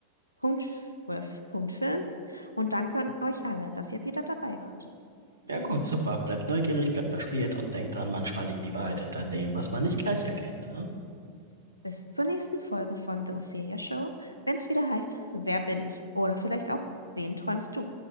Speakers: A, on the left; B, on the right.
A: Punkt, with Punkt Film und danke an euch alle, dass ihr wieder dabei wart.
B: Ja gut, super. Bleibt neugierig, bleibt verspielt und denkt dran, manchmal liegt die Wahrheit hinter dem, was man nicht gleich erkennt. Ne?
A: Bis zur nächsten Folge von The Ophelia Show, wenn es wieder heißt, Wer bin ich? Oder vielleicht auch, Wen träumst du?